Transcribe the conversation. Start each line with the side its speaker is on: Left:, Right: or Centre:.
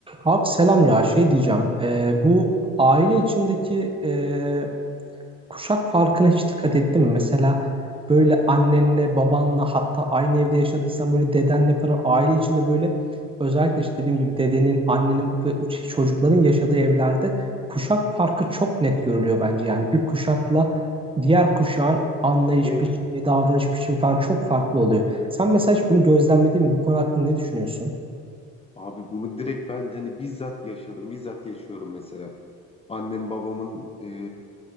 Right: Abi selam ya şey diyeceğim Ee, bu aile içindeki e, kuşak farkına hiç dikkat ettin mi? Mesela böyle annenle babanla hatta aynı evde yaşadıysan böyle dedenle falan aile içinde böyle özellikle işte dediğim gibi dedenin annenin ve uç- çocukların yaşadığı evlerde kuşak farkı çok net görülüyor bence yani bir kuşakla diğer kuşağın anlayış
Left: Değil mi?
Right: biçimi davranış biçimi falan çok farklı oluyor. Sen mesela hiç bunu gözlemledin mi? Bu konu hakkında ne düşünüyorsun?
Left: Abi bunu direkt ben hani bizzat yaşadım, bizzat yaşıyorum mesela. Annem babamın, e,